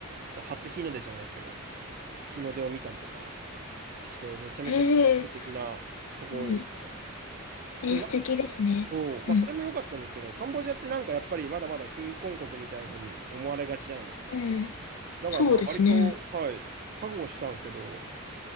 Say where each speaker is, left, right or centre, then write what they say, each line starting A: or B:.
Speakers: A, on the right; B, on the left.
A: そう、初日の出じゃないですけど、日の出を見たりとかして、めちゃめちゃ幻想的なところでしたね。
B: ええ、うん。えー、
A: でもやっぱ、
B: 素敵ですね。
A: そう、まあ、
B: うん。
A: それも良かったんですけど、カンボジアってなんかやっぱりまだまだ貧困国みたいなふうに思われがちじゃないですか。
B: うん。
A: だからまあ割と、
B: そうですね。
A: はい、覚悟したんですけど、